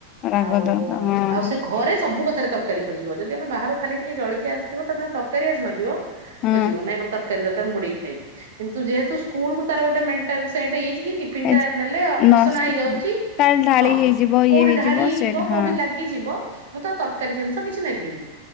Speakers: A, on the left; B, on the right.
A: ରାଗ
B: ଆଉ-ଆଉ
A: ଦରକାର ହଁ ହଁ
B: ସେ ଘରେ ସବୁ କଥାରେ ତରକାରୀ ଖୋଜିବ, ଯଦି ଆମେ ବାହାରୁ ଖାଲି ଟିକେ ଜଳିଖିଆ ଆସିଥିବ ତା ସାଙ୍ଗେରେ ତରକାରୀ ଆସିନଥିବ
A: ହଁ
B: ଖୋଜିବ, ନାଇଁ ମୋର ତରକାରୀ ଦରକାର ମୁଁ ବୁଡେଇକି ଖାଇବି କିନ୍ତୁ ଯେହେତୁ ସ୍କୁଲକୁୁ ତାର ଗୋଟେ ମେଣ୍ଟାଲ୍ ସେଟ୍ ହେଇଯାଇଚି କି ଟିଫିନ୍
A: ଏ
B: ଟା ନେଲେ
A: ନସ୍
B: ଅସନା ହେଇଯାଉଚି,
A: କାଳେ ଢାଳି
B: ହଁ
A: ହେଇଯିବ ଇଏ
B: କୋଉଠି ଢାଳି ହେଇଯିବ
A: ସେଇଟା ହଁ।
B: କୋଉଠି ଲାଗିଯିବ ମୁଁ ତ ତରକାରୀ ଜିନିଷ କିଛି ନେବିନି।